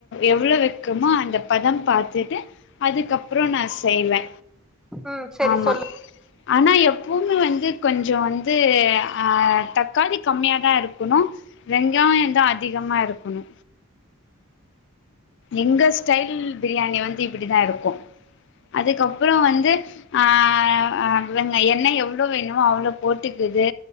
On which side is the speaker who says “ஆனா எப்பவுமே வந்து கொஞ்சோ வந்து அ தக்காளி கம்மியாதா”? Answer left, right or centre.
Left